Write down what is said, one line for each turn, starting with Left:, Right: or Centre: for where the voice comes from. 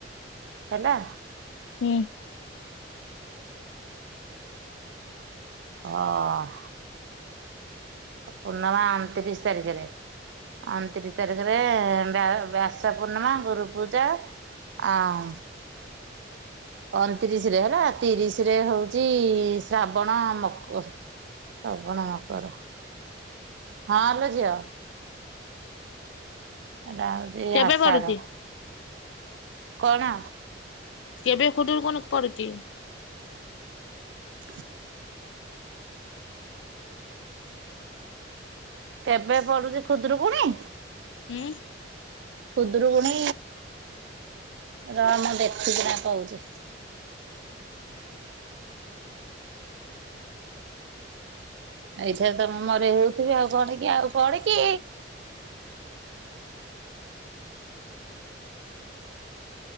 Right: ହେଲା
Left: ହୁଁ
Right: ଅହ ପୂର୍ଣ୍ଣମା ଅଣତିରିଶ ତାରିଖରେ। ଅଣତିରିଶ ତାରିଖରେ ବ୍ୟା ବ୍ୟାସ ପୂର୍ଣ୍ଣମା ଗୁରୁ ପୂଜା। ଆଉଁ ଅଣତିରିଶ ରେ ହେଲା ତିରିଶ ରେ ହଉଛି ଶ୍ରାବଣ ମକ ସବଣ ମକର ହଁଲୋ ଝିଅ। ଏଟା ହୋଉଚି
Left: କେବେ
Right: ଆଷାଢ଼
Left: ପଡୁଛି?
Right: କଣ?
Left: କେବେ ଖୁଡୁରୁ କୁଣୁ ପଡୁଚି।
Right: <inaudible> କେବେ ପଡୁଚି ଖୁଦୁରୁକୁଣୀ।
Left: ହୁଁ।
Right: ଖୁଦରୁକୁୁଣି ରହ ମୁଁ ଦେଖିକିଣା କହୁଚି। ଏଇଥରେ ତମ ମରେଇ ହଉଥିବେ ଆଉ କଣ କି ଆଉ କଣ କି?